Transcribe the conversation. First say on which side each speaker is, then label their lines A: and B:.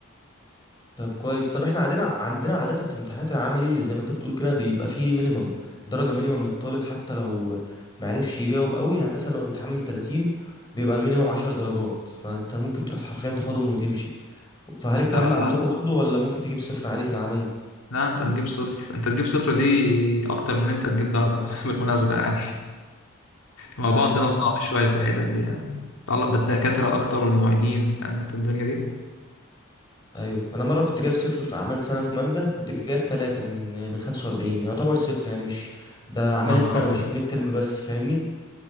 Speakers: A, on the left; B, on the left.
A: طب كويس طب احنا عندنا عندنا عادة في امتحانات العملي زي ما انت بتقول كده بيبقى فيه مينيمم درجة مينيمم للطالب حتى لو معرفش يجاوب قوي يعني مثلا لو الامتحان من 30 بيبقى المينيمم 10 درجات فانت ممكن تروح حرفيا تاخدهم وتمشي فهل الكلام
B: لا
A: ده
B: لا
A: عندكم برضو ولا ممكن تجيب صفر عادي في العملي
B: لا انت تجيب صفر انت تجيب صفر دي اكتر من انت تجيب درجة <laughs> بالمناسبة يعني الموضوع
A: ايوه
B: عندنا صعب شوية في الحتت دي يعني متعلق بالدكاترة اكتر والمعيدين فاهم انت الدنيا دي
A: ايوه انا مرة كنت جايب صفر في اعمال سنة في مادة كنت جايب 3 من من 45 يعتبر صفر يعني مش ده اعمال
B: يا نهار
A: السنة
B: ابيض
A: مش الميد ترم بس فاهمني